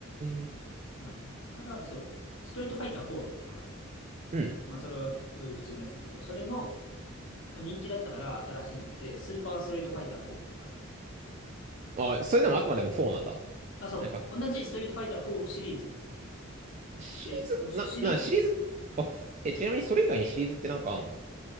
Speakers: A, on the right; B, on the left.
A: え。
B: って感じ。ただ、そう、ストリートファイター4ってのがあるじゃん。
A: うん。
B: まあ、それはうん普通のやつなんだけど、それの、まあ、人気だったから新しいの出て、スーパーストリートファイター4かな。
A: あ、それでもあくまでも4なんだ。
B: あ、そう、
A: なんか、
B: 同じストリートファイター4シリーズっ
A: シリーズ、
B: て、もうシシリーズなんだよね。
A: な、な、シリーズ、あ、え、ちなみにそれ以外にシリーズってなんかあんの